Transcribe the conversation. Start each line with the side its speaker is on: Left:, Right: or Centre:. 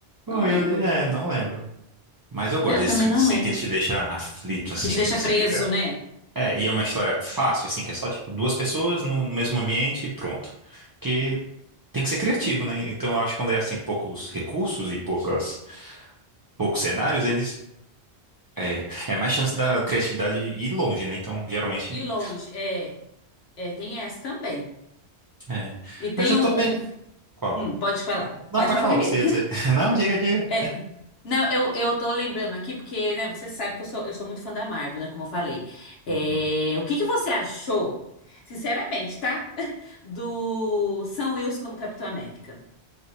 Right: Bom,
Left: Não
Right: eu,
Left: lembro.
Right: li- é, não lembro. Mas eu gosto
Left: É, Eu
Right: desses
Left: também
Right: filmes
Left: não
Right: assim
Left: lembro.
Right: que te deixa aflito, assim,
Left: Que te
Right: que
Left: deixa
Right: você
Left: preso,
Right: fica.
Left: né?
Right: É, e é uma história fácil, assim, que é só, tipo, duas pessoas no no mesmo ambiente e pronto. Porque tem que ser criativo, né? Então eu acho que quando é, assim, poucos recursos e poucas, poucos cenários, eles... É, é mais chance da criatividade ir longe, né? Então, geralmente...
Left: E longe. É, é. Tem essa também.
Right: É.
Left: E tem
Right: Mas eu
Left: um,
Right: tô bem...
Left: um-
Right: Qual?
Left: hum, pode falar.
Right: Não,
Left: Pode
Right: pode
Left: falar
Right: falar
Left: primeiro.
Right: o que você ia dizer. <laughs> Não, diga, diga.
Left: É, não, eu, eu tô lembrando aqui, porque, né, você sabe que eu sou, eu sou muito fã da Marvel, né, como eu falei. É,
Right: Uhum.
Left: o que que você achou, sinceramente, tá? <laughs> Do Sam Wilson como Capitão América.